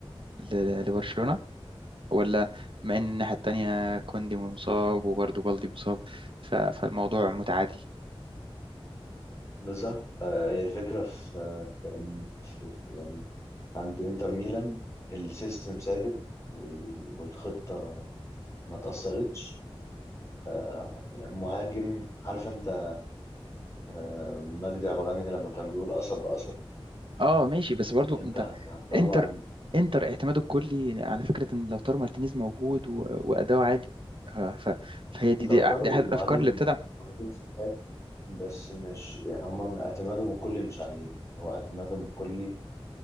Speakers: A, on the right; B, on the left.
A: ل- لبرشلونه ولا مع ان الناحيه التانيه كوندي مصاب وبرضه بالدي مصاب ف- فالموضوع متعادل
B: بالظبط آه، هي الفكرة في في إن في في- يعني عند إنتر ميلان السيستم ثابت وال- والخطة ما تأثرتش آه، يعني مهاجم عارف أنت آه، مجدي عبد الغني لما كان بيقول قصب بقصب
A: اه ماشي بس برضو انت
B: انت هت- هتطلع
A: انتر انتر اعتماده الكلي على فكره ان لو تارو مارتينيز موجود و... واداؤه عالي آه، ف... فهي دي, دي
B: لو طاروا
A: دي احد
B: مهاجم
A: الافكار اللي بتدعم
B: مهاجم فتاك بس مش يعني هم اعتمادهم الكلي مش عليه هو اعتمادهم الكلي